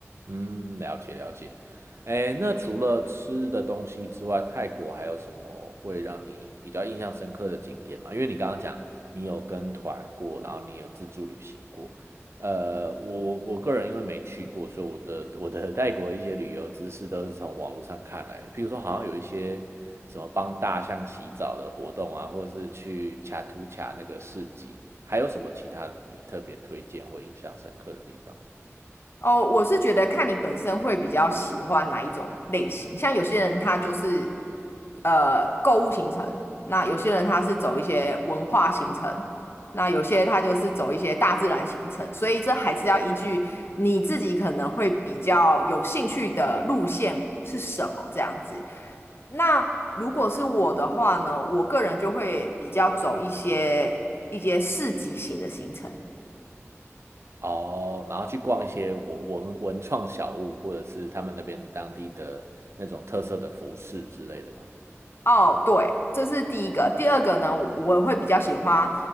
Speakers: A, on the right (about 60°); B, on the left (about 50°).
A: 嗯，了解了解。哎，那除了吃的东西之外，泰国还有什么会让你比较印象深刻的景点吗？因为你刚刚讲你有跟团过，然后你有自助旅行过。呃，我我个人因为没去过，所以我的我的泰国一些旅游知识都是从网络上看来的。譬如说，好像有一些什么帮大象洗澡的活动啊，或是去恰图恰那个市集，还有什么其他你特别推荐或印象深刻的地方？
B: 哦，我是觉得看你本身会比较喜欢哪一种类型，像有些人他就是呃购物行程，那有些人他是走一些文化行程，那有些他就是走一些大自然行程，所以这还是要依据你自己可能会比较有兴趣的路线是什么这样子。那如果是我的话呢，我个人就会比较走一些一些市集型的行程。
A: 哦，然后去逛一些文文文创小物，或者是他们那边当地的那种特色的服饰之类的吧。
B: 哦，对，这是第一个。第二个呢，我我会比较喜欢